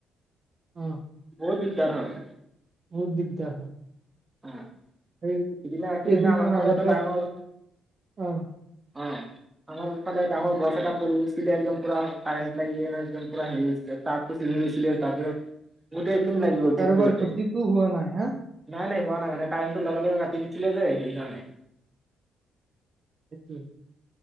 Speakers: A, on the right; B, on the right.
A: অ
B: বহুত দিগদাৰ হয়।
A: বহুত দিগদাৰ হয়।
B: অ,
A: এই
B: সিদিনা সিদিনা
A: কেইদিনমান
B: আমাৰফালেও
A: আগতে
B: এটা ডাঙৰ
A: অ
B: অ', আমাৰ ফালে ডাঙৰ গছ এটা পৰি গৈছিলে, একডম পুৰা কাৰেণ্ট লাগি কেনে একডম পুৰা হেৰি হৈছিলে, তাৰটো চিঙি গৈছিলে। তাৰ পিছত, বহুখিনি টাইম লাগি গ'ল
A: কাৰোবাৰ
B: ঠিক কৰোঁতে,
A: ক্ষতিটো হোৱা নাই হা
B: নাই নাই হোৱা নাই কাৰেণ্টটো লগে লগে চিঙিচিলে যে সেইকাৰণে।
A: সেইটো